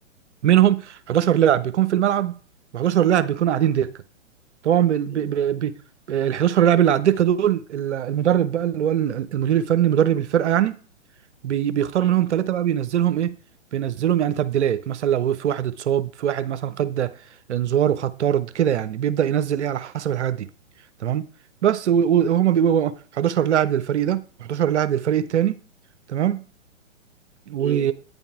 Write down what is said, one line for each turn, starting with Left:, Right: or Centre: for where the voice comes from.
Right: منهم 11 لاعب بيكون في الملعب و11 لاعب بيكونوا قاعدين دكه طبعا ب... ب...
Centre: مم.
Right: ب... ب... ال 11 لاعب اللي على الدكه دول ال- المدرب بقى اللي هو ال- المدير الفني مدرب الفرقه يعني بي... بيختار
Centre: مم.
Right: منهم ثلاثه بقى بينزلهم ايه بينزلهم يعني تبديلات مثلا لو في واحد اتصاب في واحد مثلا خد انذار وخد طرد كده يعني بيبدا ينزل ايه على حسب الحاجات دي تمام بس و- و- وهما بيبقوا 11 لاعب للفريق ده و11 لاعب للفريق التاني تمام و...
Centre: مم.